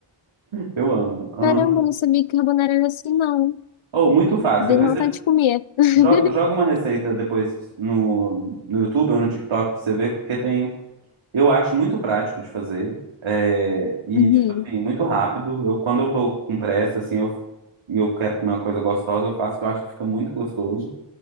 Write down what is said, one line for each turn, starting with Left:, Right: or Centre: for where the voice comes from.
Right: Eu amo, amo.
Left: Caramba, eu não sabia que carbonara era assim, não.
Right: Oh, muito fácil.
Left: Deu
Right: Depois
Left: vontade
Right: você
Left: de comer. <laughs>
Right: jo- joga uma receita depois no, no YouTube ou no TikTok pra você ver, porque tem Eu acho muito prático de fazer. é, e,
Left: Uhum.
Right: tipo assim, muito rápido. Eu, quando eu tô com pressa, assim, eu, e eu quero comer uma coisa gostosa, eu faço que eu acho que fica muito gostoso.